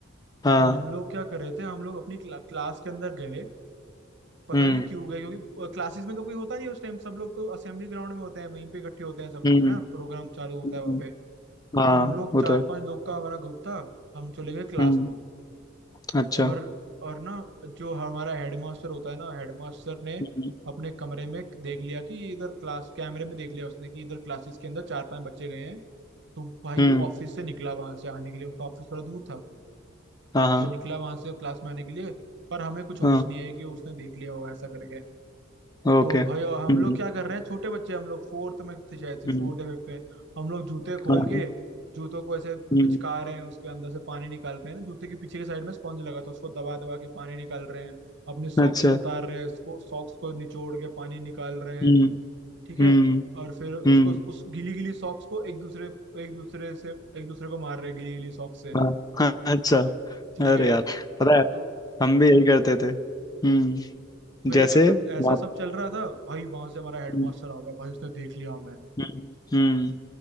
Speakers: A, on the left; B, on the right.
A: हाँ
B: तो हम लोग क्या कर रहे थे हम लोग अपनी क्ला, क्लास के अंदर गए पता
A: हम्म
B: नहीं क्यों गए क्योंकि क्लासेस में तो कोई होता नहीं उस टाइम सब लोग तो असेंबली ग्राउंड में होते हैं वहीं पे इकट्ठे होते हैं सब
A: हम्म
B: लोग है ना प्रोग्राम चालू होता
A: हम्म,
B: है वहाँ पे
A: हाँ
B: तो हम लोग
A: वो
B: चार
A: तो है
B: पांच लोग का हमारा ग्रुप था हम चले गए क्लास
A: हम्म
B: में
A: अच्छा
B: और और ना जो हमारा हेडमास्टर होता है ना हेडमास्टर ने
A: हम्म
B: अपने कमरे में देख लिया कि इधर क्लास कैमरे में देख लिया उसने कि इधर क्लासेस के अंदर चार पांच बच्चे गए हैं तो भाई
A: हम्म
B: वो ऑफिस से निकला वहां से आने के लिए उसका ऑफिस थोड़ा दूर था
A: हाँ हाँ
B: वो निकला वहां से क्लास में आने के लिए पर हमें कुछ होश
A: हाँ
B: नहीं है कि उसने देख लिया होगा ऐसा करके
A: ओके
B: तो
A: हम्म
B: भाई और हम लोग क्या कर रहे हैं छोटे बच्चे हम लोग फोर्थ में थे शायद से
A: हम्म
B: फोर्थ या फिफ्थ में हम लोग जूते खोल
A: हाँ,
B: के जूतों को ऐसे
A: हम्म
B: पिचका रहे हैं उसके अंदर से पानी निकालते हैं ना जूते के पीछे के साइड में स्पंज लगा था उसको दबा दबा के पानी निकाल रहे हैं अपने सॉक्स
A: अच्छा
B: उतार रहे हैं उसको सॉक्स को निचोड़ के पानी निकाल रहे
A: हम्म
B: हैं ठीक है
A: हम्म
B: और फिर उसको
A: हम्म
B: उस गीली गीली सॉक्स को एक दूसरे एक दूसरे से एक दूसरे को मार रहे हैं गीली गीली सॉक्स से
A: हाँ हाँ, अच्छा
B: ठीक
A: अरे
B: है
A: यार पता है
B: तो
A: हम भी यही करते थे हम्म
B: फिर
A: जैसे
B: ऐसा ऐसा
A: वहाँ
B: सब चल रहा था भाई वहां से हमारा हेडमास्टर
A: हम्म
B: आ गया भाई उसने देख लिया हमें
A: हम्म हम्म,